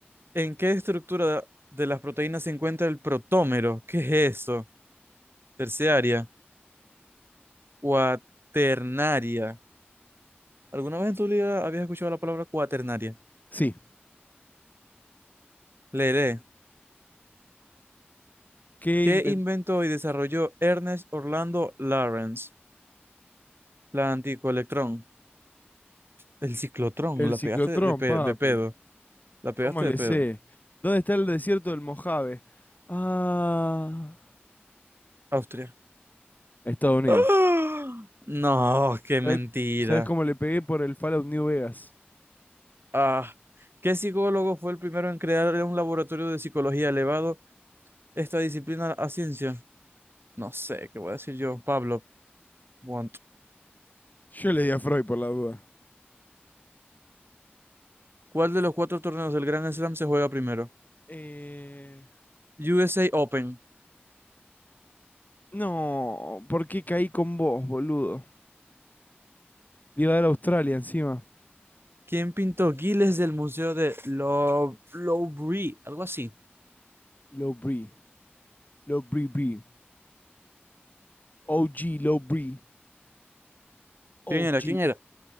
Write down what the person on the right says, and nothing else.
¿En qué estructura de las proteínas se encuentra el protómero? ¿Qué es eso? Terciaria, cuaternaria. ¿Alguna vez en tu vida habías escuchado la palabra cuaternaria?
Leeré.
¿Qué
inventó y desarrolló Ernest Orlando Lawrence? La anticoelectrón. El ciclotrón,
la
pegaste de, pe-
de pedo. La pegaste
de pedo.
Austria.
¡Ah! No, qué mentira.
Ah, ¿qué psicólogo fue el primero en crear un laboratorio de psicología elevado esta disciplina a ciencia? No sé, ¿qué voy a decir yo? Pablo, want.
¿Cuál de los cuatro torneos del Grand Slam se juega primero?
USA Open.
¿Quién pintó Giles del Museo de Lov- Louvre? Algo así.
¿Quién era? ¿Quién era?